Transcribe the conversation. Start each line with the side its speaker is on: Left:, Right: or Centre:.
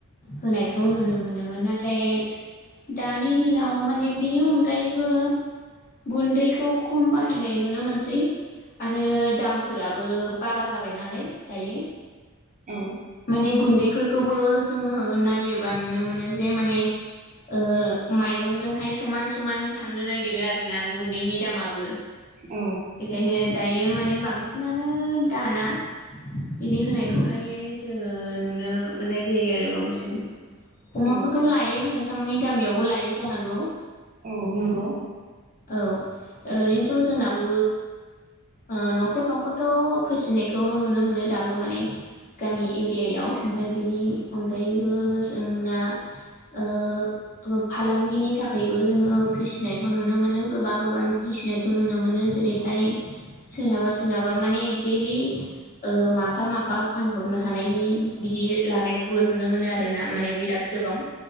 Left: होनायखौ नुनो मोनोमोन नाथाय दानि दिनाव माने बिनि अनगायैबो गुन्दैखौ खुमबा बाहायनाय नुनो मोनसै आरो दामफोराबो बारा जाबाय नालाय दायो
Right: औ
Left: माने गुन्दैफोरखौबो जोङो नायोबा नुनो मोनो जे माने ओ माइरंजोंहाय समान समान थांनो नागिरो आरो ना गुन्दैनि दामाबो
Right: औ
Left: बेखायनो दायो माने बांसिनानो दाना बिदि होनायखौहाय जोङो नु नो मोननाय जायो आरो बांसिन अमाखौथ'
Right: औ
Left: लायो नोंथांमोननि गामियावबो लायो जानांगौ
Right: औ नंगौ
Left: औ ओरैनोथ' जोंनाबो ओ न'खर न'खरथ' फिसिनायखौ नुनो मोनो दाबो माने गामि एरियायाव ओमफ्राय बेनि अनगायैबो जोंना ओ ओ फालांगिनि थाखायबो जोङो फिसिनायखौ नु नुनो मोनो गोबां गोबां फिसिनायखौ नुनो मोनो जेरैहाय सोरनाबा सोरनाबा माने दि लि ओ माफा माफा फानहरनो हानायनि बिदि लानायखौबो नुनो मोनो आरोना माने बिराद गोबां